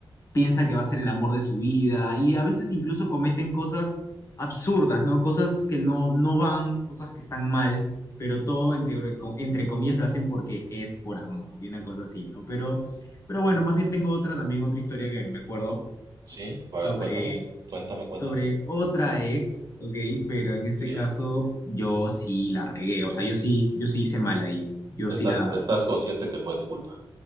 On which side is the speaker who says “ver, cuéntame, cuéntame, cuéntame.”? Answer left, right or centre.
Right